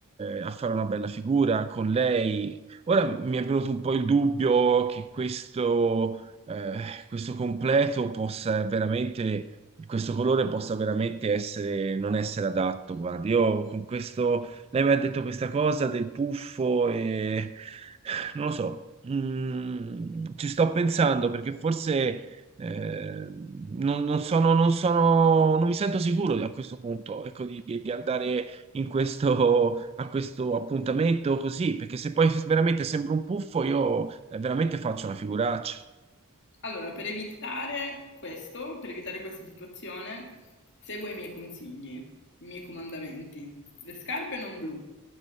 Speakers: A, on the right; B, on the left.
A: eh, a fare una bella figura con lei. Ora mi è venuto un po' il dubbio che questo, eh, questo completo possa veramente, questo colore possa veramente essere, non essere adatto. Guardi, io con questo, lei mi ha detto questa cosa del puffo e... Non lo so, mm, ci sto pensando perché forse eh, non, non sono, non sono, non mi sento sicuro a questo punto, ecco, di, di- di andare in questo, a questo appuntamento così, perché se poi veramente sembro un puffo, io eh, veramente faccio una figuraccia.
B: Allora, per evitare questo, per evitare questa situazione, seguo i miei consigli, i miei comandamenti. Le scarpe non blu,